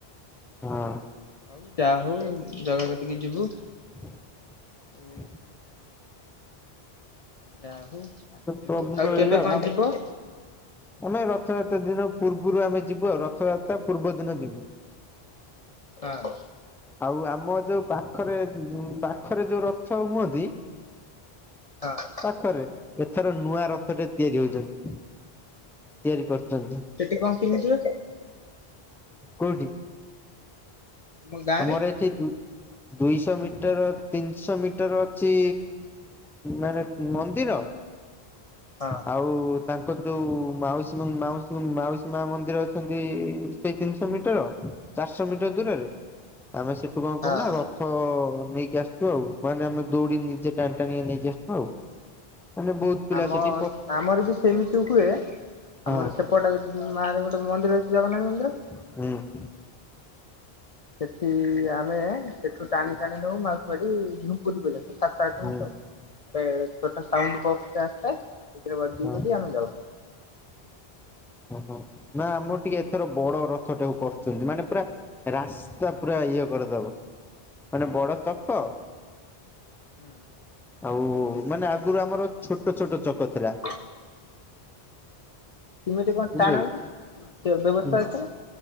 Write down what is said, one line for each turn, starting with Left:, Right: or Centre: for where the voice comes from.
Centre: ହଁ
Left: ହଉ ଯାହା ହଉ ଜାଗା କତିକି ଯିବୁ
Centre: <inaudible>
Left: ଆଉ ଯା ହଉ
Centre: ପ୍ରଭୁଙ୍କ
Left: ଆଉ
Centre: ଲୀଳା
Left: କେବେ କଣ
Centre: ଆମ
Left: ଯିବ?
Centre: ଆମେ ରଥଯାତ୍ରା ଦିନ ପୂର୍ବରୁ ଆମେ ଯିବୁ ଆଉ ରଥଯାତ୍ରା। ତା ପୂର୍ବ ଦିନ ଯିବୁ।
Left: ହଁ
Centre: ଆଉ ଆମ ଯୋଉ ପାଖରେ ପାଖରେ ଯୋଉ ରଥ ହୁଅନ୍ତି।
Left: ହଁ।
Centre: ପାଖରେ ଏଥର ନୂଆ ରଥ ଟେ ତିଆରି ହଉଛନ୍ତି ତିଆରି କରୁଛନ୍ତି।
Left: ସେଠି କଣ କେମିତିିବ।
Centre: କୋଉଠି?
Left: ଆମ ଗାଁରେ
Centre: ଆମର ଏଠି। ଦୁଇଶ ମିଟର ତିନିଶ ମିଟର ଅଛି ମାନେ ମନ୍ଦିର।
Left: ହଁ।
Centre: ଆଉ ତାଙ୍କର ଯୋଉ ମାଉସୀ ମାଉସୀ ମାଉସୀ ମା ମନ୍ଦିର ଅଛନ୍ତି। ସେଇ ତିନିଶ ମିଟର ଚାରିଶହ ମିଟର ଦୂରରେ ଆମେ ସେଠୁ କଣ କରୁନା
Left: ହଁ।
Centre: ର ଥ ନେଇକି ଆସିଚୁ ଆଉ ମାନେ ଆମେ ଦଉଡି ନିଜେ ଟାଣି ଟାଣିକା ନେଇକି ଆସିଚୁ ଆଉ। ମାନେ ବହୁତ ପିଲା
Left: ଆମ
Centre: ସେଠି। ପ
Left: ଆମର ବି ସେମିତି ହୁଏ
Centre: ହଁ
Left: ଆମର ସେପଟେ ଯଦି ମାର ଗୋଟେ ମନ୍ଦିର ଅଛ୍ ଜଗନ୍ନାଥ ମନ୍ଦିର।
Centre: ହୁଁ।
Left: ସେଠି ଆମେ ସେଠୁ ଟାଣି ଟାଣି ନଉ ମାଉସୀ ବାଡି ଝୁ ପୁରୀ ପର୍ଯ୍ୟନ୍ତ ସାତଟା ଆଇଟମ୍
Centre: ହୁଁ
Left: ହିସାବ ହବ ଛୋଟ ସାଉଣ୍ଡ ବକ୍ସ୍ ଟେ ଆସିଥାଏ। ସେଥିରେ ବଜେଇ
Centre: ହଁ
Left: ବଜେଇ ଆମେ ଯାଉ।
Centre: ଓହୋ ନା ଆମର ଟିକେ ଏଥର ବଡ ରଥ ଟାକୁ କରିଛନ୍ତି ମାନେ ପୁରା ରାସ୍ତା ପୁରା ଇଏ କରିଦବ ମାନେ ବଡ ଚକ
Left: ହୁଁ।
Centre: ଆଉ ମାନେ ଆଗରୁ ଆମର ଛୋଟ ଛୋଟ ଚକ ଥିଲା।
Left: <inaudible> କେମିତି କଣ
Centre: ଜାଣିଚକି
Left: ଟାଣନ୍ତି ବ୍ୟବସ୍ଥା ଅଛି ନା